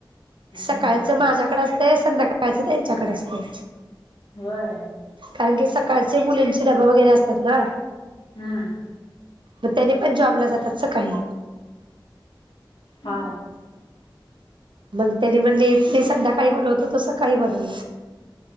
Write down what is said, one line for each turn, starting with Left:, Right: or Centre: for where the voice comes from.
Right: सकाळच
Left: हम्म
Right: माझ्याकडे असं. ते संध्याकाळचं त्यांच्याकडे असते.
Left: होय
Right: कारण की सकाळचे मुलींचे डबे वगैरे असतात ना.
Left: हम्म.
Right: मग तरी पण जॉब ला जातात सकाळी.
Left: हा.
Right: मग त्यानी म्हणले मी संध्याकाळी बनवतो तू सकाळी बनव.